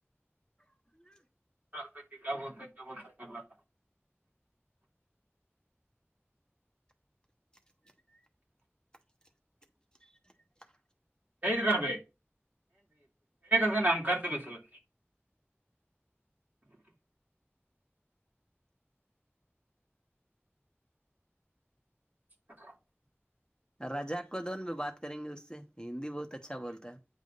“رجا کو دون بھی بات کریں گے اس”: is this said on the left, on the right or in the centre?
Left